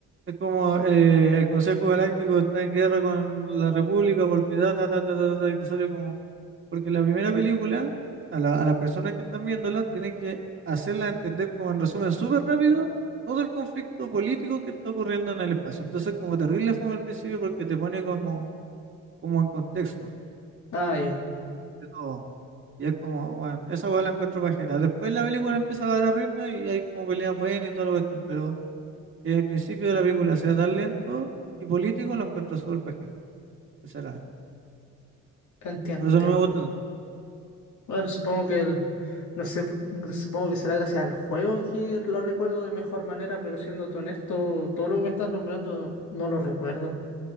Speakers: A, on the right; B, on the left.
A: Es como eh, el Consejo Galáctico está en guerra con la República porque ta, ta, ta, ta, ta, ta, y te sale como... Porque la primera película, a la, a las personas que están viéndola, tiene que hacerla entender como en resumen súper rápido todo el conflicto político que está ocurriendo en el espacio. Entonces como terrible fue al principio porque te pone como como en contexto
B: Ah, ya,
A: de todo. Y es como, bueno, esa hueá la encuentro pajera. Después la película empieza a agarrar ritmo y hay como peleas buenas y toda la cuestión, pero que el principio de la película sea tan lento y político, lo encuentro súper pajero, sinceramente.
B: Entiendo,
A: Por
B: entiendo.
A: eso no me gusta tanto.
B: Bueno, supongo que el, no sé, pr- supongo que será gracias al juego que lo recuerdo de mejor manera, pero siéndote honesto, todo lo que me estás nombrando no lo recuerdo.